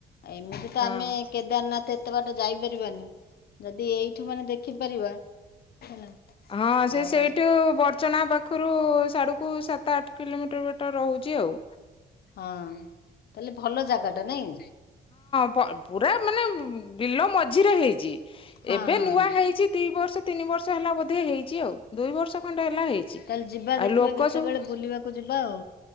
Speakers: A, on the left; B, on the left.
A: ଏମିତି ତ
B: ହଁ।
A: ଆମେ କେଦାରନାଥ ଏତେ ଏତେ ବାଟ ଯାଇପାରିବାନି ଯଦି ଦି ଏଇଠୁ ମାନେ ଦେଖିପାରିବା। ହେଲା
B: ହଁ ସେ
A: ଆଉ
B: ସେଇଠୁ ବଡଚନା ପାଖରୁ ସାଢୁ କୁ ସାତ ଆଠ କିଲୋମିଟର ବାଟ ରହୁଛି ଆଉ।
A: ହଁ। ତାହେଲେ ଭଲ ଜାଗା ଟା ନାଇଁ?
B: ଅ ପୁରା ମାନେ ବିଲ ମ ମଝିରେ ହେଇଛି
A: ହଁ
B: ଏବେ
A: ହଁ
B: ନୂଆ
A: ହଁ।
B: ହେଇଛି ଦି ବର୍ଷ ତିନି ବର୍ଷ ହେଲା ବୋଧେ ହେଇଛି ଆଉ ଦୁଇ ବର୍ଷ ଖଣ୍ଡେ ହେଲା ହେଇଛି
A: ତାହେଲେ ଯିବା
B: ଆଉ
A: ଦେଖିବା
B: ଲୋକ
A: କେତେବେଳେ
B: ସବୁ।
A: ବୁଲିବାକୁ ଯିବା ଆଉ।